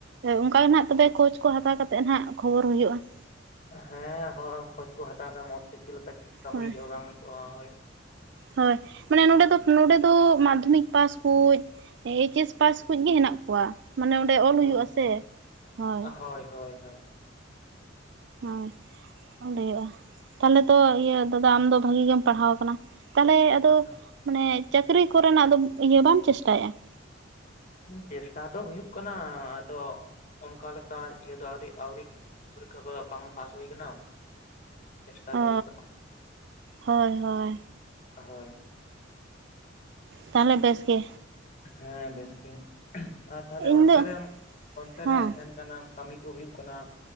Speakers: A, on the right (about 60°); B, on the left (about 40°).
A: ᱚᱱᱠᱟᱮ ᱱᱟᱦᱟᱜ ᱛᱚᱵᱮ ᱠᱳᱪ ᱠᱚ ᱦᱟᱛᱟᱣ ᱠᱟᱛᱮᱫ ᱱᱟᱦᱟᱜ ᱠᱷᱚᱵᱚᱨ ᱦᱩᱭᱩᱜᱼᱟ ᱾
B: ᱦᱮᱸ ᱦᱳ ᱠᱷᱚᱡ ᱠᱚ ᱦᱟᱛᱟᱣ ᱯᱮ ᱢᱚᱸᱡᱽ ᱛᱮ ᱪᱮᱫ ᱞᱮᱠᱟ ᱪᱮᱫ ᱠᱟᱹᱢᱤ
A: ᱦᱳᱭ
B: ᱦᱩᱭᱩᱜᱼᱟ ᱵᱟᱝ ᱦᱩᱭᱩᱜᱼᱟ ᱦᱳᱭ ᱾
A: ᱦᱳᱭ ᱢᱟᱱᱮ ᱱᱚᱰᱮ ᱫᱚ ᱱᱚᱰᱮ ᱫᱚ ᱢᱟᱫᱽᱫᱷᱚᱢᱤᱠ ᱯᱟᱥ ᱠᱚ ᱮᱭᱤᱪ ᱮᱥ ᱯᱟᱥ ᱠᱷᱚᱪ ᱜᱮ ᱦᱮᱱᱟᱜ ᱠᱚᱣᱟ ᱢᱟᱱᱮ ᱚᱸᱰᱮ ᱚᱞ ᱦᱩᱭᱩᱜᱼᱟ
B: ᱦᱳᱭ
A: ᱥᱮ ᱦᱳᱭ ᱾
B: ᱦᱳᱭ ᱦᱳᱭ ᱦᱳᱭ
A: ᱦᱳᱭ ᱾ ᱦᱩᱭᱩᱜᱼᱟ ᱛᱟᱦᱚᱞᱮ ᱛᱚ ᱤᱭᱟᱹ ᱫᱟᱫᱟ ᱟᱢᱫᱚ ᱵᱷᱟᱜᱤ ᱜᱮᱢ ᱯᱟᱲᱦᱟᱣ ᱟᱠᱟᱱᱟ ᱛᱟᱦᱚᱞᱮ ᱟᱫᱚ
B: ᱟ <inaudible>
A: ᱢᱟᱱᱮ ᱪᱟᱹᱠᱨᱤ ᱠᱚᱨᱮᱱᱟᱜ ᱫᱚ ᱤᱭᱟᱹ ᱵᱟᱢ ᱪᱮᱥᱴᱟᱭᱮᱜᱼᱟ ᱾
B: ᱪᱮᱥᱴᱟ ᱫᱚ ᱦᱩᱭᱩᱜ ᱠᱟᱱᱟ ᱟᱫᱚ ᱚᱱᱠᱟ ᱞᱮᱠᱟ ᱤᱭᱟᱹ ᱫᱚ ᱟᱹᱣᱨᱤ ᱟᱹᱣᱨᱤ ᱯᱚᱨᱤᱠᱷᱟ ᱠᱚ ᱵᱟ ᱯᱟᱥ ᱦᱩᱭ ᱠᱟᱱᱟ ᱪᱮᱥᱴᱟ
A: ᱚ
B: ᱠᱚ ᱦᱩᱭᱩᱜ ᱠᱟᱱᱟ
A: ᱦᱳᱭ ᱦᱳᱭ
B: ᱦᱳᱭ
A: ᱛᱟᱦᱚᱞᱮ ᱵᱮᱥ ᱜᱮ
B: ᱦᱮᱸ ᱵᱮᱥ ᱜᱮ ᱟᱨ ᱛᱟᱦᱞᱮ
A: ᱤᱧ
B: ᱚᱱᱛᱮ
A: ᱫᱚ
B: ᱨᱮ ᱚᱱᱛᱮ
A: ᱦᱮᱸ
B: ᱨᱮ ᱥᱮᱱ ᱠᱟᱹᱢᱤ ᱠᱚ ᱦᱩᱭᱩᱜ ᱠᱟᱱᱟ